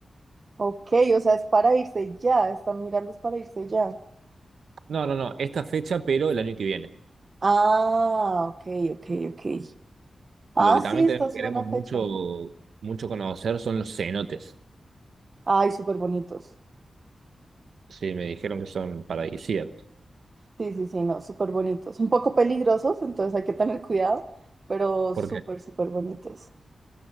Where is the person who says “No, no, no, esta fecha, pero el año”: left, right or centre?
Right